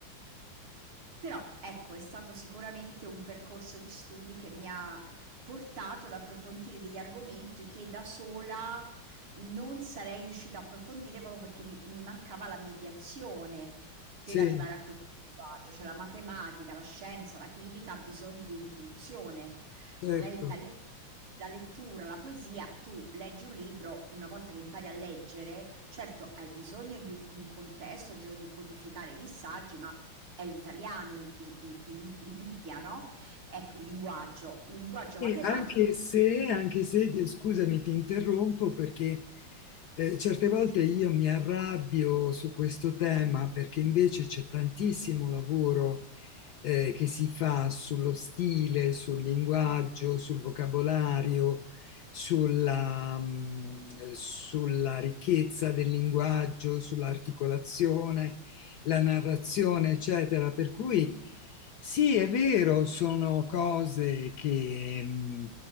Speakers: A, on the right; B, on the left.
A: Però ecco, è stato sicuramente un percorso di studi che mi ha portato ad approfondire degli argomenti che da sola non sarei riuscita a approfondire proprio perché mi, mi mancava la mediazione per
B: Sì,
A: arrivare a questo linguaggio. Cioè la matematica, la scienza, la chimica ha bisogno di un'introduzione,
B: certo.
A: non è l'italiano. La lettura, la poesia, tu leggi un libro, una volta che impari a leggere, certo hai bisogno di un un contesto, hai bisogno di codificare i messaggi, ma è l'italiano, il, il- il- il media, no? Ecco, il linguaggio, un linguaggio
B: Sì,
A: matematico
B: anche se, anche se, ti- scusami, ti interrompo perché eh, certe volte io mi arrabbio su questo tema perché invece c'è tantissimo lavoro eh, che si fa sullo stile, sul linguaggio, sul vocabolario, sulla, mh, sulla ricchezza del linguaggio, sull'articolazione, la narrazione, eccetera. Per cui sì, è vero, sono cose che... mh,